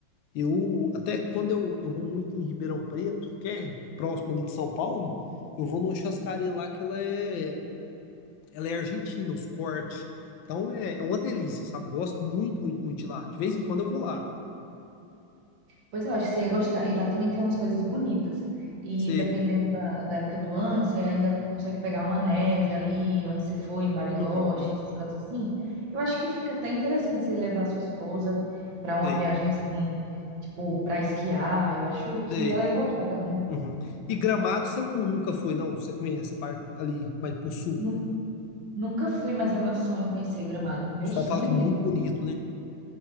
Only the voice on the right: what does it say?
Pois eu acho que você ia gostar. E lá também tem umas coisas bonitas. E
dependendo da, da época do ano, você ainda consegue pegar uma neve ali, onde você for, em Bariloche,
esses cantos assim. Eu acho que fica até interessante você levar a sua esposa para uma
viagem assim, tipo, para esquiar. Eu acho que
ela ia gostar também.
Nun-
Nunca fui, mas é meu sonho conhecer Gramado. Meu
sonho
mesmo.